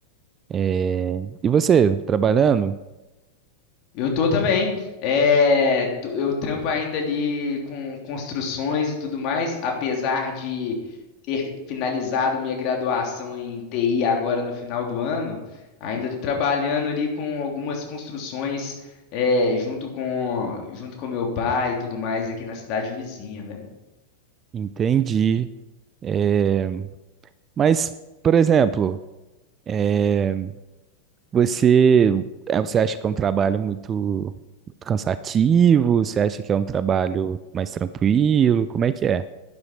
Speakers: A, on the right; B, on the left.
A: É, e você, trabalhando?
B: Eu tô também. É, tô- eu trampo ainda ali com construções e tudo mais, apesar de ter finalizado minha graduação em TI agora no final do ano, ainda tô trabalhando ali com algumas construções, é, junto com junto com meu pai e tudo mais aqui na cidade vizinha, velho.
A: Entendi. É, mas, por exemplo, é, Você, é, você acha que é um trabalho muito, muito cansativo? Você acha que é um trabalho mais tranquilo? Como é que é?